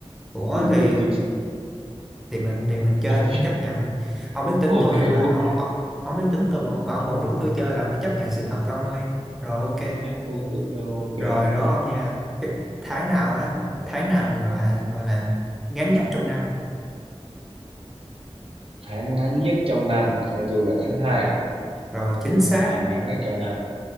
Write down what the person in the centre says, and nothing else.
ủa
thì
thì mình thì mình chơi
mình phải chấp nhận ông biết tính
tôi rồi mà
ông, ông, ông ông biết tính tôi mà, mà ông còn rủ tôi chơi là ông phải chấp nhận sự thật thôi ông ơi rồi ok
rồi đó ông nha Cái tháng nào á
tháng nào gọi là, gọi là ngắn nhất trong năm
rồi chính xác